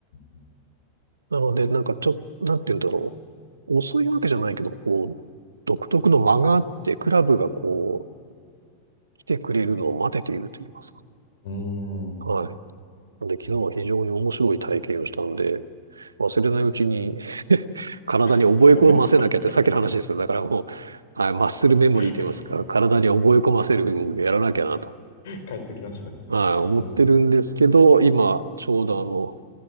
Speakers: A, on the left (about 55°); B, on the right (about 75°).
A: うん
B: なので、なんかちょ、なんて言うんだろう。遅いわけじゃないけど、こう、独特の間があって、クラブがこう、来てくれるのを待てていると言いますか。
A: うん。うーん。
B: はい。なので、昨日は非常に面白い体験をしたので、
A: なるほど。
B: 忘れないうちに <laughs> 体に覚え込ませなきゃって、
A: <laughs>
B: さっきの話ですよ。だからもう、はい、マッスルメモリーと言いますか、
A: <laughs>
B: 体に覚え込ませる動きをやらなきゃなと、
A: 帰ってきましたね。
B: はい、思ってるんですけど、
A: もう
B: 今、ちょうどあの、